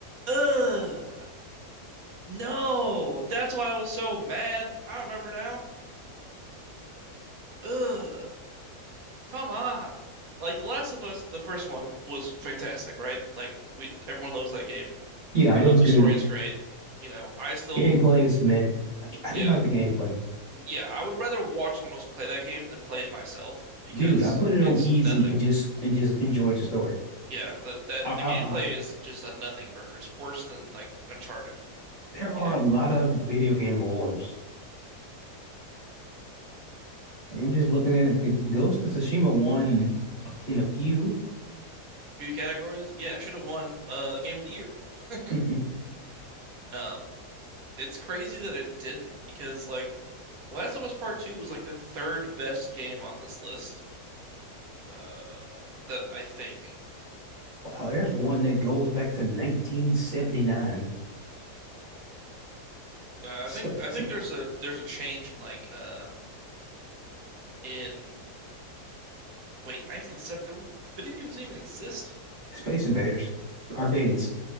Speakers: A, on the right; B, on the right.
A: ugh. No, that's why I was so mad. I remember now. Ugh, come on. Like The Last of Us, the first one was fantastic, right? Like we, everyone loves that game.
B: Yeah,
A: Uh,
B: it was
A: the
B: good.
A: story is great. You know, I still,
B: Gameplay is meh. I, I
A: yeah,
B: didn't like the gameplay.
A: yeah, I would rather watch someone else play that game than play it myself because
B: Dude, I put it
A: it's
B: on easy
A: nothing.
B: and just and just enjoyed the story.
A: Yeah, that, that
B: I, I,
A: the gameplay
B: I-
A: is just a nothing burger. It's worse than like Uncharted,
B: there
A: you
B: are
A: know.
B: a lot of video game awards. Like I'm just looking at it. Like, Ghost of Tsushima won a f- in a few.
A: Few categories, yeah, should have won uh Game of the Year. <laughs>
B: <laughs>
A: Um, it's crazy that it didn't because like Last of Us Part Two was like the third best game on this list. Uh, that I think.
B: Wow, there's one that goes back to 1979.
A: Uh,
B: Space,
A: I think I think there's a there's a change in like uh in Wait, 1970, there, w- video games didn't even exist.
B: <laughs> Space Invaders, arcades.